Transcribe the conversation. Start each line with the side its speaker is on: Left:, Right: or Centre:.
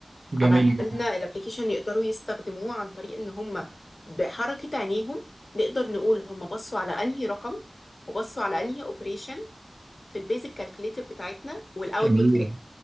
Right: جميل
Left: عملنا
Right: جدا
Left: الابلكيشن يقدروا يستخدموه عن طريق ان هم بحركه عينيهم نقدر نقول هم بصوا على انهي رقم وبصوا على انهي اوبريشن في البيزك كالكوليتر بتاعتنا والاوتبوت
Right: جميل
Left: كام